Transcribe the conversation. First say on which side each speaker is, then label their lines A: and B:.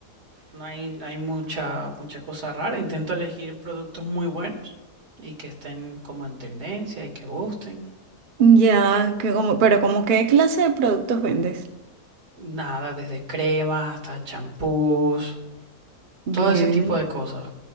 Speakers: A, on the right; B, on the right.
A: No hay, no hay mucha, mucha cosa rara. Intento elegir productos muy buenos y que estén como en tendencia y que gusten.
B: Ya, que como, pero como qué clase de productos vendes?
A: Nada, desde cremas hasta champús,
B: Bien,
A: todo ese tipo de cosas.